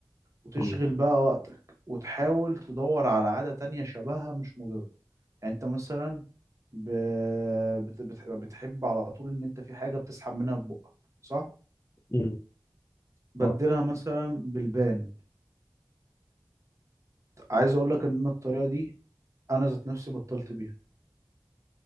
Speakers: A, on the right (about 40°); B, on the left (about 35°).
A: وتشغل
B: أمم،
A: بقى وقتك وتحاول تدور على عادة تانية شبهها مش مضرة يعني انت مثلا ب... بت... بت... بتحب على طول ان انت في حاجة بتسحب منها في بقك صح
B: أمم،
A: بدلها
B: آه.
A: مثلا بالبان عايز اقول لك ان أنا الطريقة دي انا ذات نفسي بطلت بيها